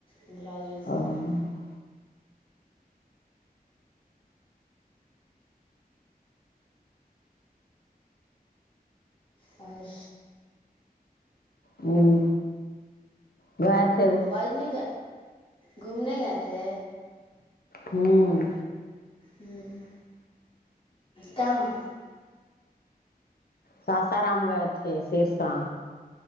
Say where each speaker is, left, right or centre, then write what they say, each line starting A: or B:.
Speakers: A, on the left; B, on the left.
A: بلاؤز وہ
B: ہوں
A: سین میں اور
B: ہوں بات
A: آواز نہیں گھومنے گئے تھے
B: ہوں
A: ہوں کہاں
B: ساسا رام گئے تھے سڑ سا